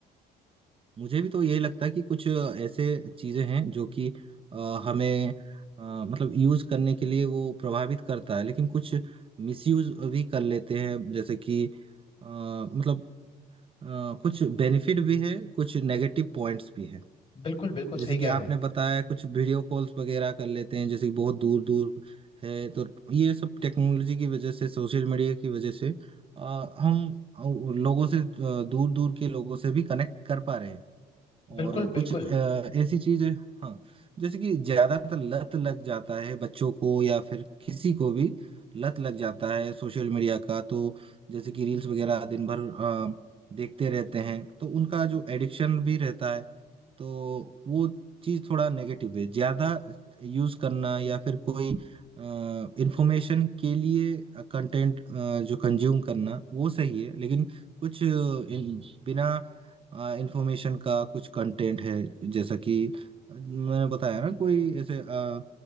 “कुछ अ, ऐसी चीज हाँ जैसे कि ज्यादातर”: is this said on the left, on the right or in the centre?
Right